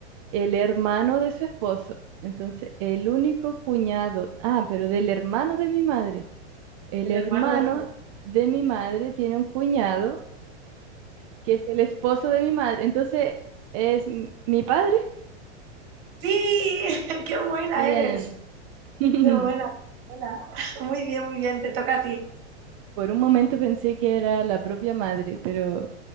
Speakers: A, on the right; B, on the right.
A: el hermano de su esposo. Entonces, el único cuñado, ah, pero del hermano de mi madre. El
B: del
A: hermano
B: hermano de tu
A: de mi madre tiene un cuñado que es el esposo de mi madre. Entonces, ¿es m- mi padre?
B: Sí, <laughs> qué buena
A: Bien.
B: eres.
A: <laughs>
B: Qué buena, buena. <laughs> Muy bien, muy bien, te toca a ti.
A: Por un momento pensé que era la propia madre, pero,